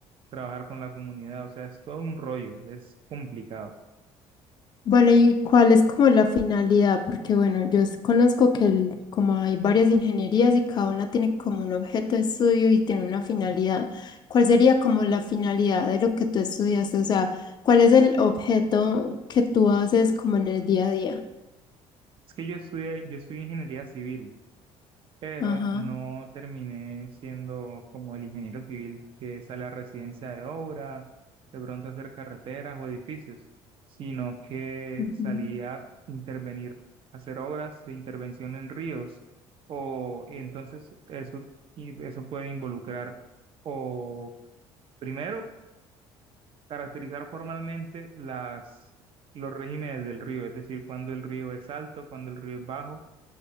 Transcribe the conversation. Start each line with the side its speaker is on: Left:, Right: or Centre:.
Right: trabajar con la comunidad, o sea, es todo un rollo, es complicado.
Left: Vale, ¿y cuál es como la finalidad? Porque bueno, yo s- conozco que el- como hay varias ingenierías y cada una tiene como un objeto de estudio y tiene una finalidad. ¿Cuál sería como la finalidad de lo que tú estudiaste? O sea, ¿cuál es el objeto que tú haces como en el día a día?
Right: Es que yo estudié, yo estudié ingeniería civil pero
Left: Ajá.
Right: no terminé siendo como el ingeniero civil que sale a residencia de obra, de pronto a hacer carreteras o edificios, sino que
Left: ujú.
Right: salí a intervenir, a hacer obras de intervención en ríos, o entonces eso, y eso puede involucrar o primero caracterizar formalmente las, los regímenes del río, es decir, cuando el río es alto, cuando el río es bajo,